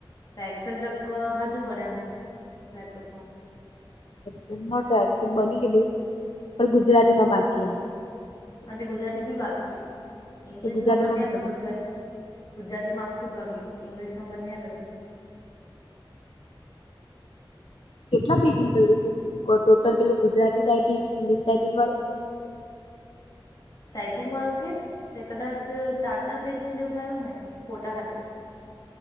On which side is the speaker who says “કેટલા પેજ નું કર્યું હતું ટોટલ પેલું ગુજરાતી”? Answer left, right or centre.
Left